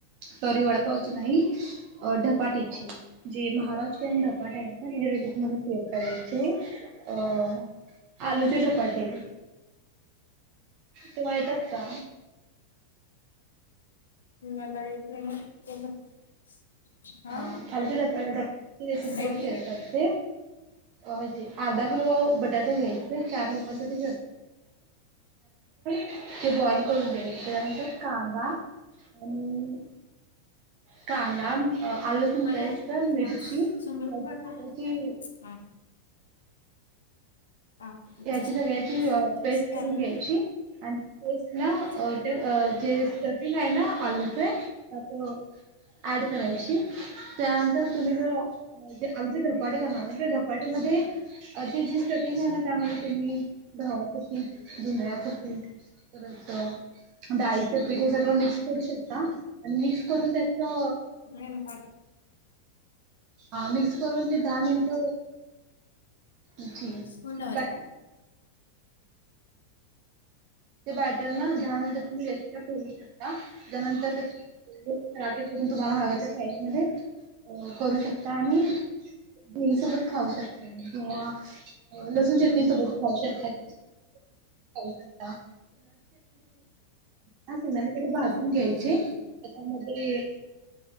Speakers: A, on the right; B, on the left.
A: सॉरी वडापावची नाहीअ डप धपाटीची जे महाराष्ट्रीयन धपाटे आहेत ना रेसिप मध्ये शेअर करायचे अ आलूचे धपाटे. तुम्हा येतात का
B: मला येत नाही <inaudible> <unintelligible> हा
A: अ अलजरत अलडक ची रेसिपी तुम्हाला
B: येत नाही
A: शेअर
B: काय?
A: करते. अ होती आधा गुलु बटाटो घ्यायचे चार लोकांचे. <inaudible> ते बॉइल करून घ्याच त्याच्यानंतर कांदा आणि कांदा अ आल लसुन
B: मला
A: पेस्ट मिरची
B: हा शंभर रुपये
A: त्याची
B: पाठव. हा पाठवते
A: याची
B: त्यासनी.
A: सगळ्याची अ पेस्ट
B: स्कॅनर
A: करून घ्यायची
B: दे
A: आणि पेस्ट ना
B: स्कॅनर
A: ते जे स्टफिंग आहे ना आलूचे त्यात ऍड करायची त्यानंतर तुम्ही जर जे आलुचे धपाटे करणार आहे ते धपाट्यामध्ये ते जे स्टफिंग आहे ना त्यामध्ये तुम्हीगव्हाचं पीठ जोंधळ्याचे पीठ द परत डाळीचं पीठ हे सगळं मिक्स करू शकता आणि मिक्स करून त्या तो
B: मन प
A: हा मिक्स करून ते दहा मिनिट जी
B: फोन लावायचा
A: बॅट ते बॅटर न दहा मिनट तुम्ही रेस्टला ठेवू शकता त्यानंतर त्याचे पराठे करून तुम्हाला हवच्या साईज मध्ये करू शकता आणि घी सोबत खाऊ शकता तुम्ही वाह लसूण चटणी सोबत खाऊ शकतात. काही पन हा शेंगदाणे पहिले भाजून
B: अठरा
A: घ्यायचे
B: हजारठ
A: त्याच्यामध्ये